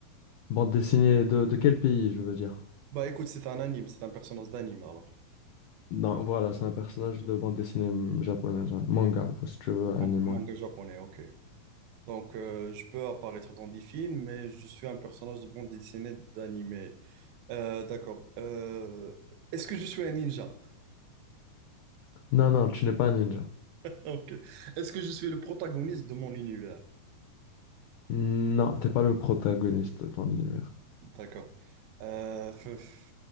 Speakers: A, on the left (about 85°); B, on the right (about 90°).
A: Bande dessinée de, de quel pays, je veux dire?
B: Bah écoute, c'est un anime, c'est un personnage d'anime alors.
A: Non, voilà, c'est un personnage de bande dessinée mm, japonaise, ouais. Manga, ou si tu veux, anime,
B: Man- Manga
A: ouais.
B: japonais, ok. Donc euh, je peux apparaître dans des films, mais je suis un personnage de bande dessinée d'animé Euh, d'accord. Euh, est-ce que je suis un ninja?
A: Non, non, tu n'es pas un ninja.
B: <laughs> Ok. Est-ce que je suis le protagoniste de mon univers?
A: Non, t'es pas le protagoniste de ton univers.
B: D'accord. Euh, f- f-